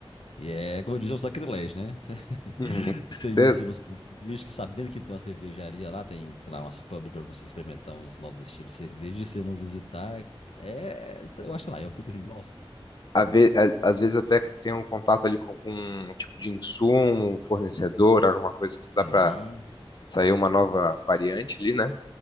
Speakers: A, on the left; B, on the left.
A: E é, como eu disse, é um sacrilégio, né? <laughs> Você
B: Uhum, com
A: você
B: certeza.
A: ir assim nos pontos turísticos, sabendo que tem uma cervejaria lá, tem, sei lá, umas pubs pra você experimentar uns novos estilos de cerveja e você não visitar, é, eu acho lá, eu fico assim, nossa.
B: A ve- a- Às vezes eu até tenho um contato ali com algum tipo de insumo, um fornecedor, alguma coisa que dá
A: Sim.
B: pra sair uma nova variante ali, né?